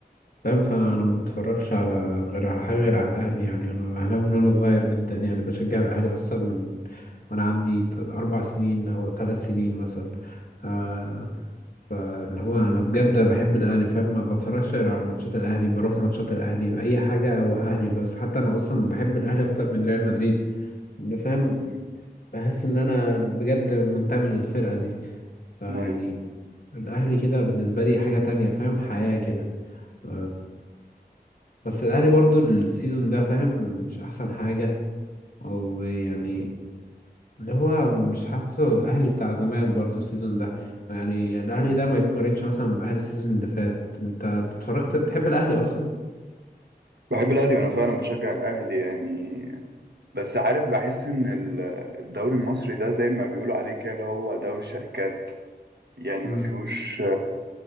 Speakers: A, on the left; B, on the right.
A: فاهم فأنا ما بتفرجش على غير على حاجة غير على الأهلي يعني أنا أهلاوي من وأنا صغير جدا يعني بشجع الأهلي أصلا من وأنا عندي ت- أربع سنين أو ثلاث سنين مثلا آه فاللي هو أنا بجد بحب الأهلي فاهم ما بتفرجش غير على ماتشات الأهلي بروح ماتشات الأهلي أي حاجة هو أهلي بس حتى أنا أصلا بحب الأهلي أكتر من ريال مدريد إن فاهم
B: أمم.
A: بحس ان انا بجد منتمي للفرقة دي فيعني
B: أيوة.
A: الاهلي كده بالنسبة لي حاجة تانية فاهم حياة كده ف- بس الاهلي برضو السيزون ده فاهم مش احسن حاجة او يعني اللي هو مش حاسه الاهلي بتاع زمان برضو السيزون ده يعني الاهلي ده ما يتقارنش مثلا باهلي السيزون اللي فات انت اتفرجت بتحب الاهلي اصلا
B: بحب الاهلي وانا فعلا بشجع الاهلي يعني بس عارف بحس ان ال- الدوري المصري ده زي ما بيقولوا عليه كده اللي هو دوري شركات يعني
A: امم
B: ما فيهوش